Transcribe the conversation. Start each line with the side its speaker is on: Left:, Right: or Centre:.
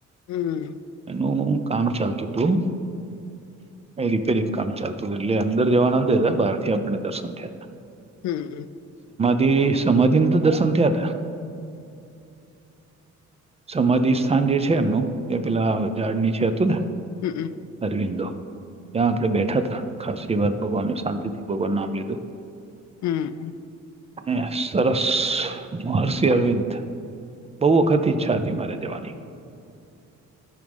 Left: હમ.
Right: નું કામ ચાલતું હતું. રિપેરિંગ કામ ચાલતું હતું એટલે અંદર જવા ના દેતા બારથી આપણને દર્શન થયા હતા
Left: હમ.
Right: તે સમાધિને તો દશૅન થયાતા સમાધિ સાજે છે, એમનું એ પેલા ઝાડ નીચે હતું ને
Left: હમ
Right: અરવિંદો ત્યાં આપણે બેઠા હતા ખાસસી વાર ભગવાનને શાંતિથી ભગવાન નામ લીધું
Left: હમ.
Right: અયા સર મહર્ષિ અરવિંદ બોવ વખત ઈચ્છા હતી મારે જવાની